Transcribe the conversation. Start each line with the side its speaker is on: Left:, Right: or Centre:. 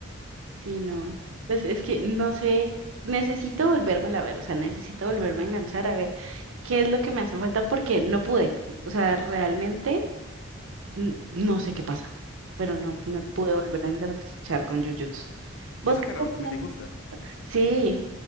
Right: Sí, no. Pues es que no sé, necesito volverme a ver, o sea, necesito volverme a enganchar a ver qué es lo que me hace falta porque no pude. O sea, realmente n- no sé qué pasa, pero no me pude volver a enganchar con Jujutsu.
Left: Y
Right: ¿Vos
Left: eso
Right: qué
Left: que
Right: estás
Left: a Raúl también
Right: viendo?
Left: le gusta.
Right: <laughs> Sí,